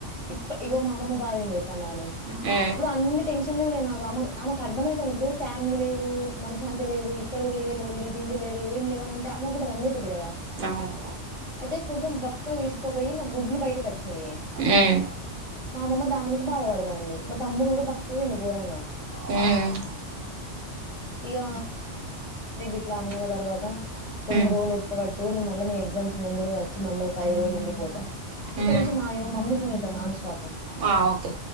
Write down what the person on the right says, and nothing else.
ఉమ్
అవును
ఉం
ఉమ్మ్
ఉమ్
ఉమ్
ఆ ఓకే